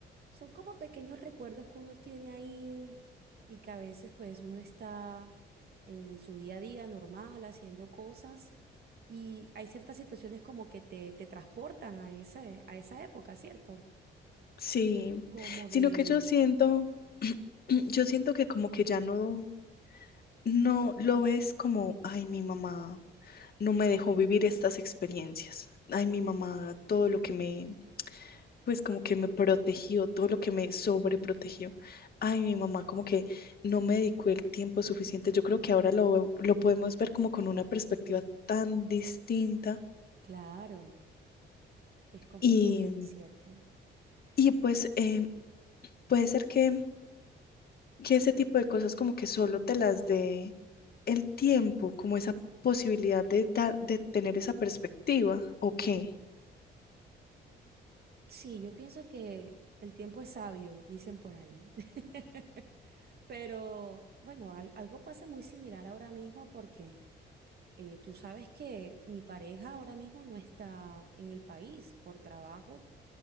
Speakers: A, on the right; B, on the left.
A: Son como pequeños recuerdos que uno tiene ahí y que a veces pues uno está en su día a día normal haciendo cosas y hay ciertas situaciones como que te, te transportan a ese, a esa época, ¿cierto?
B: Sí,
A: Como
B: sino
A: de...
B: que yo siento, <clears throat> yo siento que como que ya no no lo ves como, ay, mi mamá no me dejó vivir estas experiencias. Ay, mi mamá, todo lo que me, pues como que me protegió, todo lo que me sobreprotegió. Ay, mi mamá, como que no me dedicó el tiempo suficiente. Yo creo que ahora lo, lo podemos ver como con una perspectiva tan distinta
A: Claro, es completamente
B: y,
A: cierto.
B: y pues eh, puede ser que que ese tipo de cosas como que solo te las dé el tiempo, como esa posibilidad de dar, de tener esa perspectiva, ¿o qué?
A: Sí, yo pienso que el tiempo es sabio, dicen por ahí. <laughs> Pero bueno, al- algo pasa muy similar ahora mismo porque... Eh, tú sabes que mi pareja ahora mismo no está en el país por trabajo,